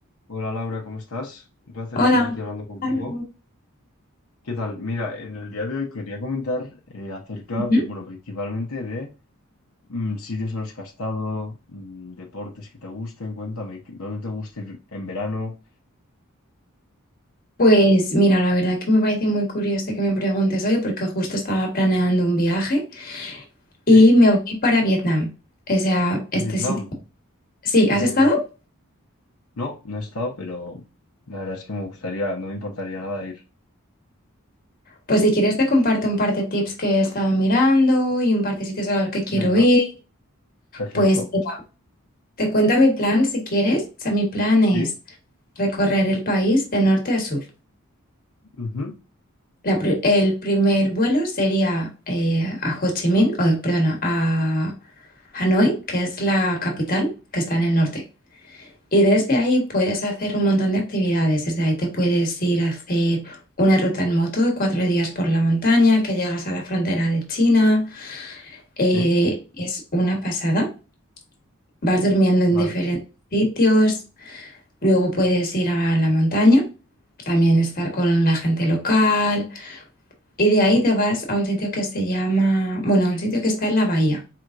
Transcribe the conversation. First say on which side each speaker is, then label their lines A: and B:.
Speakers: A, on the left; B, on the left.
A: Hola Laura, ¿cómo estás? Un placer
B: Hola.
A: estar aquí hablando contigo.
B: Gonzalo.
A: ¿Qué tal? Mira, en el día de hoy quería comentar eh, acerca,
B: Ujú.
A: bueno, principalmente de mm, sitios en los que has estado, mm, deportes que te gusten, cuéntame, ¿qué- ¿dónde te gusta ir en verano?
B: Pues mira, la verdad que me parece muy curioso que me preguntes hoy porque justo estaba planeando un viaje y
A: ¿Sí?
B: me voy para Vietnam. O sea, este
A: A Vietnam.
B: sitio... Sí,
A: Muy
B: ¿has estado?
A: bien. No, no he estado, pero la verdad es que me gustaría, no me importaría nada ir.
B: Pues si quieres te comparto un par de tips que he estado mirando y un par de sitios a los que quiero
A: Venga,
B: ir.
A: perfecto.
B: Pues mira, te cuento mi plan si quieres. O sea, mi plan es
A: Sí,
B: recorrer el país de norte a sur.
A: ujú,
B: La pri- el primer vuelo sería eh, a Ho Chi Minh, o, perdona, a Hanoi, que es la capital, que está en el norte. Y desde ahí puedes hacer un montón de actividades. Desde ahí te puedes ir a hacer una ruta en moto de cuatro días por la montaña, que llegas a la frontera de China. Eh,
A: Sí,
B: es una pasada. Vas durmiendo
A: vale.
B: en diferentes sitios. Luego puedes ir a la montaña, también estar con la gente local Y de ahí te vas a un sitio que se llama, bueno, a un sitio que está en la bahía.